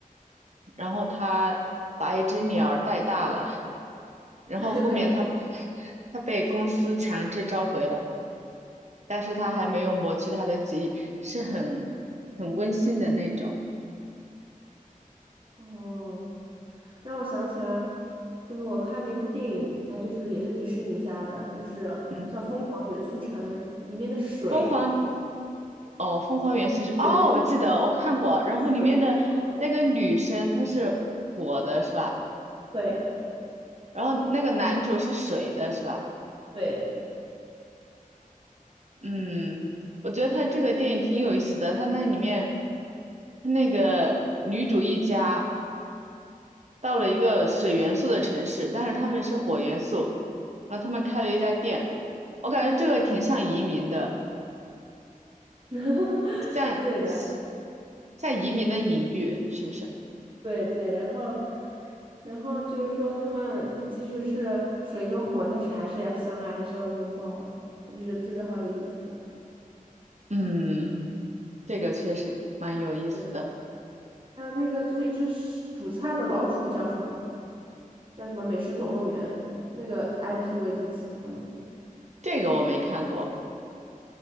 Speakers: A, on the right (about 50°); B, on the right (about 35°).
A: 然后他把一只鸟儿带大了，然后后面他
B: <laughs> 白痴
A: <laughs> 他被公司强制召回了，但是他还没有抹去他的记忆，
B: 啊，
A: 是很很温馨的那种。
B: 哦，让我想起来，就是我看了一部电影，它就是也是迪士尼家的，就是叫《疯狂元素城》，
A: 嗯，
B: 里面的水
A: 疯狂哦，疯狂元素是哦，
B: 元素
A: 我记得我看过，然后里面的那个女生她是火的是吧？
B: 水跟一个火，对
A: 然后那个男主是水的是吧？
B: 对
A: 嗯，我觉得他这个电影挺有意思的，他那里面他那个女主一家。到了一个水元素的城市，但是他们是火元素，然后他们开了一家店，我感觉这个挺像移民的，
B: <laughs>
A: 像
B: 对的，
A: 像移民的隐喻，是不是？
B: 对对，然后，然后就是说，他们即使是水跟火，但是还是要相爱，还是要拥抱。我就觉得这个好有意思。
A: 嗯，这个确实蛮有意思的，
B: 对，还有那个就是一只是煮菜的老鼠叫什么？叫什么《美食总动员》那个 IP 我也挺喜欢的。
A: 这个我没看过，